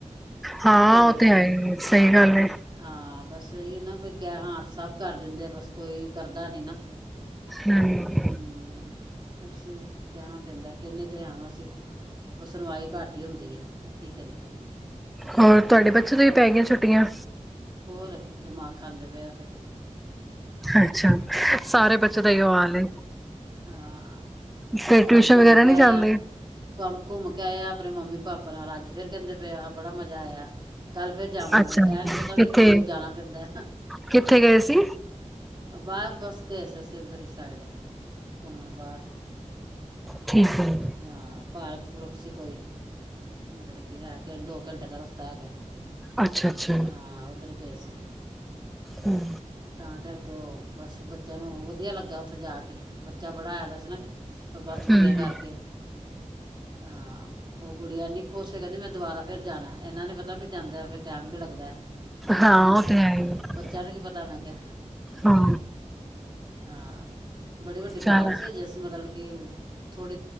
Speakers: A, in the centre; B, on the right.
A: ਹਾਂ
B: ਕੀ ਕਰੀਏ
A: ਉਹ ਤੇ
B: ਫੇਰ
A: ਹੈ ਹੀ ਸਹੀ ਗੱਲ ਹੈ।
B: ਹਾਂ ਬਸ ਇਹ ਨਾ ਕ ਹਾਂਦ ਸਭ ਕਰ ਦਿੰਦੇ ਆ ਬਸ ਕੋਈ ਕਰਦਾ ਨੀ ਨਾ
A: ਹਮ,
B: ਹਮ ਬਸ ਕਹਿਣਾ ਪੈਂਦਾ ਕਿੰਨੇ ਦਿ ਹਵਸੀ ਉਹ ਸੁਣਵਾਈ ਘੱਟ ਹੀ ਹੁੰਦੀ ਹੈ ਕੀ ਕਰੀਏ
A: ਹੋਰ ਤੁਹਾਡੇ ਬੱਚੇ ਤੋਂ ਵੀ ਪੈ ਗਏ ਛੁਟ ਛੁੱਟੀਆਂ
B: ਹੋਰ ਦਿਮਾਗ ਖਾਂਦੇ ਪਏ ਉੱਠ ਕੇ
A: ਅੱਛਾ ਸਾਰੇ ਬੱਚੇ ਦਾਈ ਆਾਲ
B: ਹਾਂ
A: ਫ
B: ਕੱਲ
A: ਟਿਊਸ਼ਨ
B: ਘੁੰਮ
A: ਵਗੈਰਾ
B: ਕੇ
A: ਨਹੀਂੀ
B: ਆਇਆ
A: ਜਾਂਦੇ
B: ਕੰਮ ਘੁੰਮ ਕੇ ਆਇਆ ਆਪਣੇ ਮੰਮੀ ਪਾਪਾ ਨਾਲ ਅੱਜ ਫਰ ਕਹਿੰਦੇ ਪਿਆਾਂ ਬੜਾ ਮਜ਼ਾ ਆਇਆ ਕੱਲ ਫੇਰ ਜਾਵਾਂਗੇ
A: ਅੱਛਾ,
B: ਇਹ ਨੀ ਪਤਾ ਵੀ
A: ਕਿੱਥੇ
B: ਇੰਨੀ ਦੂਰ ਜਾਣਾ ਪੈਂਦਾ
A: ਕਿੱਥੇ ਗਏ ਸੀ
B: ਬਾਅਦ ਬਸ ਕੇਸ ਸੀ ਉੱਧਰ ਹੀ ਸਾਈਡ ਘੁੰਮਣ ਬਾਹਰ
A: ਠੀਕ ਹੈ,
B: ਹਾਂ ਪਾਰਕ ਪੁਰਕ ਸੀ ਕੋਈ ਮਤਲਬ ਕਿ ਹੈ ਦੋ ਘੰਟੇ ਦਾ ਰਸਤਾ ਹੈਗਾ
A: ਅੱਛਾ ਅੱਛਾ।
B: ਹਾਂ ਉੱਧਰ ਗਏ ਸੀ
A: ਹਮ,
B: ਤਾਂ ਕਰਕੇ ਤੇ ਉਹ ਬਸ ਬੱਚਿਆਂ ਨੂੰ ਵਧੀਆ ਲੱਗਾ ਉੱਥੇ ਜਾ ਕੇ ਬੱਚਾ ਬੜਾ ਆਇ ਦਾ ਸੀ ਨਾ ਬਸ ਛੁੱਟੀਆਂ
A: ਹਮ
B: ਕਰਕੇ ਹਹ ਉਹ ਗੁੜੀੀਆਂ ਇਨੀ ਖੁਸ਼ ਸੀ ਕਹਿੰਦੀ ਮੈਂ ਦੁਬਾਰਾ ਫਿਰ ਜਾਣਾ ਇਹਨਾਂ ਨੇ ਪਤਾ ਵੀ ਜਾਂਦਾ ਫਿਰ ਟੈਮ ਵੀ ਲੱਗਦਾ ਹੈ
A: ਹਾਂ ਉਹ ਤੇ ਹੈ
B: ਬੱਚਿਆਂ ਨੂੰ ਕੀ ਪਤਾ ਮੈਂ ਕਿਹਾ
A: ਹਾਂ
B: ਹਾਂ ਬੜੀ ਵੱਡੀ
A: ਚੱਲ
B: ਪਾਰਕ ਸੀ ਅ ਜੇ ਅਸੀਂ ਮਤਲਬ ਕਿ ਥੋੜ੍ਹੀ